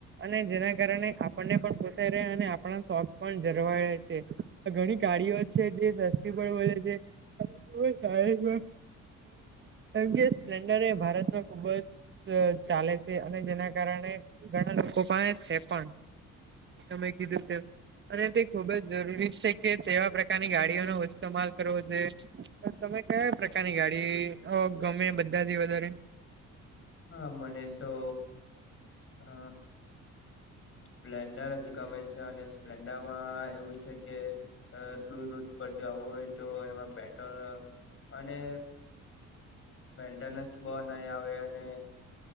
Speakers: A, on the right; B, on the left.
A: અને જેના કારણે આપણને પણ પોસાય રહે અને આપણા શોખ પણ જરવાયે છે ઘણી ગાડીઓ છે જે સસ્તી પણ મળે છે. સ્પ્લેન્ડર એ ભારતમાં ખુબ જ. ચાલે છે અને જેના કારણે ઘણા લોકો પણ છે પણ. મેય કીધુંતે. અને તે ખુબ જ જરૂરી છે કે તેવા પ્રકારની ગાડીઓનો ઈસ્તમાલ કરવો જોઈએ. તમે કયા પ્રકારની ગાડી ગમે બધા થી વધારે?
B: હા મને તો અ સ્પ્લેન્ડર જ ગમે છે અને સ્પ્લેન્ડરમાં એવું છે કે અ દૂર રૂટ પર જવુ હોય તો એમાં પેટ્રોલ અને મેન્ટેનન્સ બહ નહીં આવે અને